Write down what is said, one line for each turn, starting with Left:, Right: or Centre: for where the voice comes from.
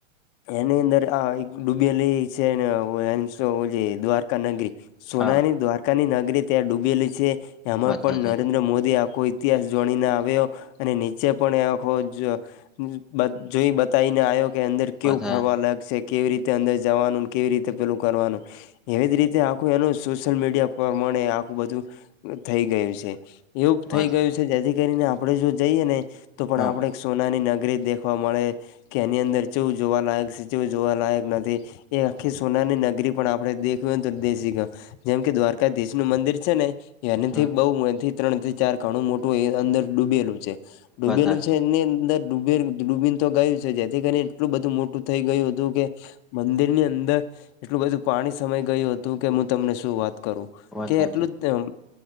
Left: એની અંદર આ એક ડૂબેલી છે એને <unintelligible> ઓલી દ્વારકા નગરી સોનાની
Centre: હા
Left: દ્વારકાની નગરી ત્યાં ડૂબેલી છે, એમાં
Centre: વાત
Left: પણ
Centre: સાચી
Left: નરેન્દ્ર મોદી આ કોઈ ઇતિહાસ જોડીને આવ્યો અને નીચે પણ એ આખો જ બ જોઈ બતાવીને આયો કે અંદર કેવું
Centre: વાત
Left: ફરવાલાયક સે. કેવી રીતે અંદર જવાનું, ને કેવી રીતે પેલું કરવાનું એવી જ રીતે આખું એનું સોશિયલ મીડિયા પ્રમાણે આખું બધું થઈ ગયું છે. એવુંપ
Centre: વાત
Left: થઈ ગયું છે જેથી કરીને આપડે જો જઈએ ને તો પણ
Centre: હા
Left: એક આપણેે સોનાની નગ રી દેખવા મળે, કે એની અંદર ચેવું જોવાલાયક સે, ચેવું જોવાલાયક નથી એ આખી સોનાની નગરી પણ આપડે દેખવીન હોય તો દેશિકો જેમ કે દ્વારકાધીશ નું મંદિર છે ને એનાથી
Centre: હમ
Left: બઉ એથી ત્રણ થી ચાર ઘણું મોટું એ અંદર ડૂબેલું છે. ડૂબેલું
Centre: વાત હાચી
Left: છે એની અંદર ડૂબેલું ડૂબીન તો ગયું છે જેથી કરીને એટલું બધું મોટું થઇ ગયું હતું કે મંદિર ની અંદર એટલું બધું પાણી સમાય ગયું હતું, કે હું તમને શું વાત કરું.
Centre: વાત
Left: કે
Centre: હાચી
Left: એટલું જ તમ